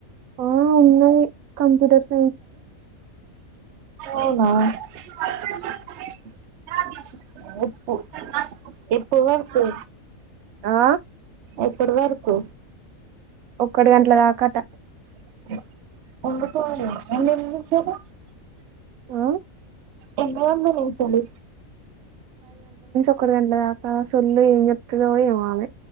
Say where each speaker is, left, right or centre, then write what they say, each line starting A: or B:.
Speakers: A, on the right; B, on the right.
A: ఆ ఉన్నాయి కంప్యూటర్స్.
B: అవును ఆ ఉప్పు ఎప్పువరకు
A: ఆ
B: ఎప్పటి వరకు
A: ఒక్కటి గంటల దాకాట
B: <unintelligible>
A: ఆ
B: అ ఎగ్జామ్స్ నుంచెలి
A: ఒకటి గంట్ల దాకా సొల్లు ఏం చెప్తదో ఏమో ఆమె